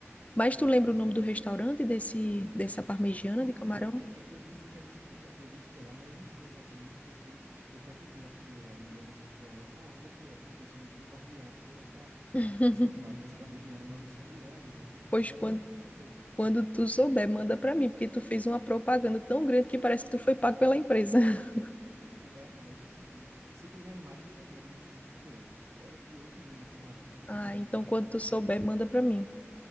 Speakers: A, on the left; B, on the right.
A: mas tu lembra o nome do restaurante desse, dessa parmegiana
B: Não,
A: de camarão?
B: então, é, é- eu disse que é nesse lugar, eu disse que é lá, mas eu não sei exatamente porque eu perguntei a Priu lá, eu mandei uma mensagem para ela, ó, onde é que é? Porque eu tô sendo bombardeado por essa,
A: <laughs>
B: <laughs> por essa imagem dessa parmegiana, mas eu não sei onde é ainda.
A: Pois
B: Aí
A: quando,
B: ela não me respondeu.
A: quando tu souber, manda pra mim, porque tu fez uma propaganda tão grande que parece que tu foi pago pela empresa. <laughs>
B: <laughs> Não, tu vai amar, eu tenho certeza, porque se tu ver a imagem, tu vai ter a mesma sensação que eu. É de outro mundo o camarão, é
A: Ah,
B: muito
A: então
B: maravilhoso.
A: quando tu souber, manda pra mim.